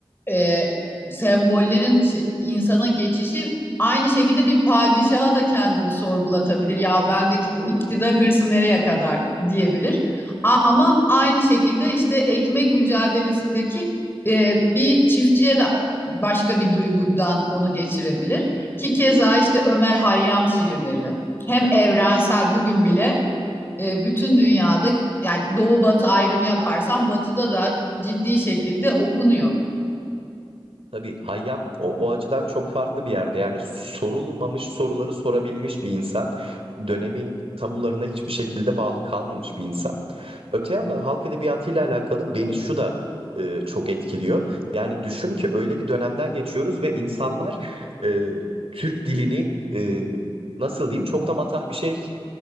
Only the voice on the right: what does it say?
Tabii Hayyam o, o açıdan çok farklı bir yerde. Yani sorulmamış soruları sorabilmiş bir insan. Dönemin tabularına hiçbir şekilde bağlı kalmamış bir insan. Öte yandan halk edebiyatıyla alakalı beni şu da e, çok etkiliyor. Yani düşün ki öyle bir dönemden geçiyoruz ve insanlar e, Türk dilini e, nasıl diyeyim çok da matah bir şey